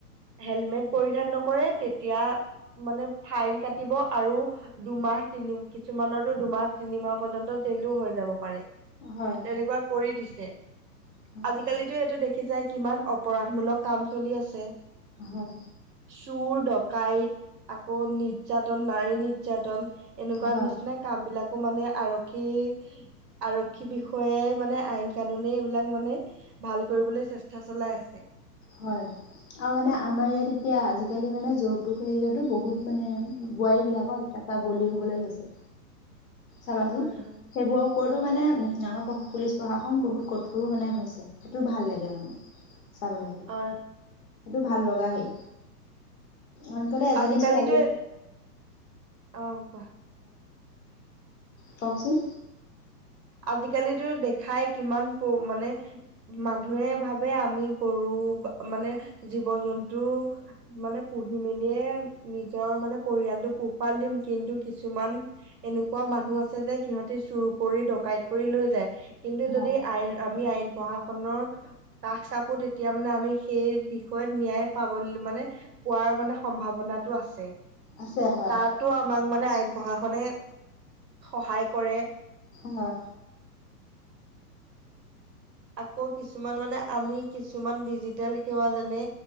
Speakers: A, on the right (about 80°); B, on the left (about 55°).
A: হেলমেট পৰিধান নকৰে তেতিয়া মানে ফাইন কাটিব আৰু দুমাহ তিনি কিছুমানৰতো দুমাহ তিনিমাহ পৰ্যন্ত জেলও হৈ যাব পাৰে।
B: হয়
A: তেনেকুৱা কৰি দিছে।
B: হয়
A: আজিকালিতো এইটো দেখিছায়ে কিমান অপৰাধমূলক কাম চলি আছে।
B: হয়
A: চুৰ ডকাইত আকৌ নি তন নাৰী নিৰ্যাতন এনেকুৱা
B: হয়
A: নিচিনা কামবিলাকো মানে আৰক্ষী আৰক্ষী বিষয়াই মানে আইন কানুনে এইবিলাক মানে ভাল কৰিবলৈ চেষ্টা চলাই আছে।
B: হয়। আৰু মানে আমাৰ ইয়াত এতিয়া আজিকালি মানে যৌতুক হেৰিয়তো বহুত মানে বোৱাৰীবিলাকৰ এতিয়া তাৰ বলি হ'বলৈ লৈছে চাবাচোন।
A: হয় হয়
B: সেইবোৰ ওপৰতটো মানে আমাৰ পুলিচ প্ৰশাসন বহুত কঠোৰ মানে হৈছে সেইটো ভাল লাগে মানে। চাবলে
A: অ
B: সেইটো ভাল লগা হেই। আনকালে এজানী
A: আজিকালিতো
B: ছোৱালী
A: অ', কোৱা।
B: কওঁকচোন।
A: আজিকালিতো দেখাই কিমান মানে মানুহে ভাবে আমি গৰু মানে জীৱ জন্তু মানে পঢ়ি মেলিয়ে নিজৰ মানে পৰিয়ালটোক পোহপাল দিম। কিন্তু কিছুমান এনেকুৱা মানুহ আছে যে সিহঁতে চুৰ কৰি কাইড কৰি লৈ যায়। কিন্তু যদি
B: হয়
A: আমি আইন প্ৰশাসনৰ কাষ চাপো এতিয়া মানে আমি সেই বিষয়ত ন্যায় পাব মানে পোৱাৰ মানে সম্ভাৱনাটো আছে।
B: আছে হয়
A: তাতো আমাক মানে মানে আইন প্ৰশাসনে সহায় কৰে।
B: হয়।
A: আকৌ কিছুমান মানে আমি কিছুমান ডিজিটেল সেৱা যোননে